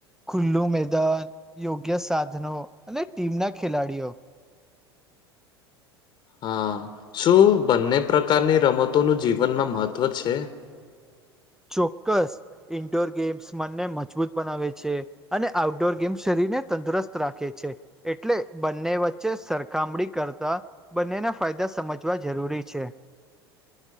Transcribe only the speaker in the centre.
ખુલ્લું મેદાન યોગ્ય સાધનો અને ટીમના ખેલાડીઓ
ચોક્કસ ઇન્ડોર ગેમ્સ મનને મજબૂત બનાવે છે. અને આઉટડોર ગેમ શરીરને તંદુરસ્ત રાખે છે. એટલે બંને વચ્ચે સરખામણી કરતાં બંનેના ફાયદા સમજવા જરૂરી છે.